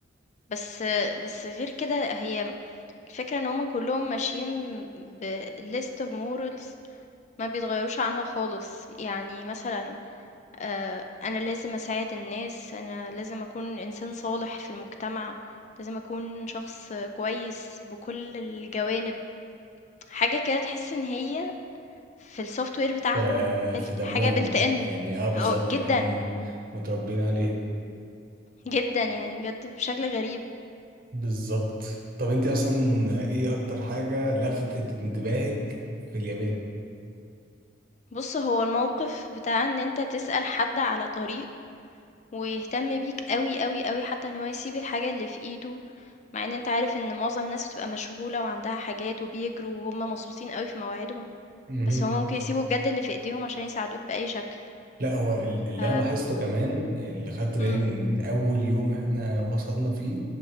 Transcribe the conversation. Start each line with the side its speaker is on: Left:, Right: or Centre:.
Left: بس بس غير كده هي الفكرة إن هُم كلّهم ماشيين بlist of morals ما بيتغيّروش عنها خالص، يعني مثلًا آآ، أنا لازم أساعد الناس، أنا لازم أكون إنسان صالح في المجتمع، لازم أكون شخص كويس بكل الجوانب، حاجة كده تحس إن هي في الsoftware بتاعهم
Right: ف- في
Left: built
Right: دمهم
Left: حاجة built in
Right: يعني اه بالظبط
Left: آه، جدًا،
Right: يعني هم متربيين عليه
Left: جدًا يعني بجد بشكل غريب.
Right: بالظبط طب انت اصلا ايه اكتر حاجة لفتت انتباهك في اليابان؟
Left: بُص، هو الموقف بتاع إن أنت تسأل حد على طريق ويهتم بيك أوي، أوي، أوي، حتى إن هو يسيب الحاجة اللي في إيده، مع إن أنت عارف إن معظم الناس بتبقى مشغولة وعندها حاجات وبيجروا وهُم مضغوطين أوي في مواعيدهم،
Right: مهم.
Left: بس هُم ممكن يسيبوا بجد اللي في إيديهم عشان يساعدوك بأي شكل.
Right: لا هو ال- اللي
Left: ف
Right: انا لاحظته كمان اللي خدت بالي
Left: إمم،
Right: من اول يوم احنا وصلنا فيه